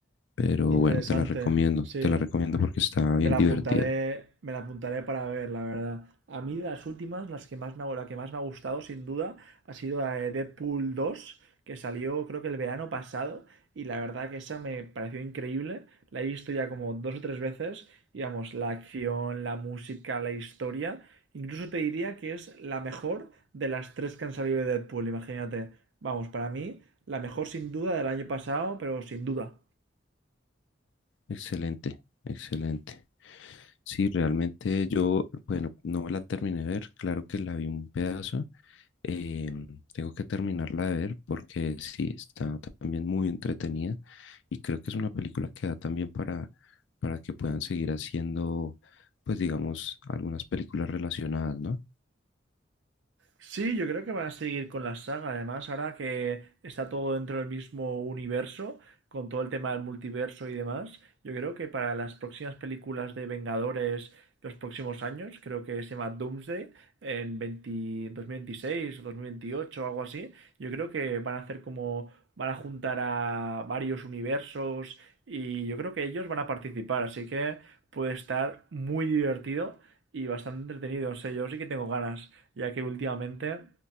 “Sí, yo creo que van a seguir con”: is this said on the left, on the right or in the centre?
Right